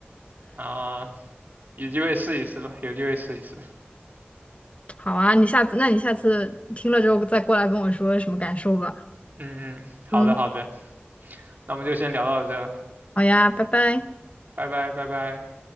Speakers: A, on the right; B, on the left.
A: 啊，有机会试一试吧，有机会试一试。
B: <laughs> 好啊，你下次，那你下次听了之后再过来跟我说什么感受吧。
A: 嗯嗯，好的好的，
B: 嗯，
A: 那我们就先聊到这，
B: 好呀，拜拜。
A: 拜拜拜拜。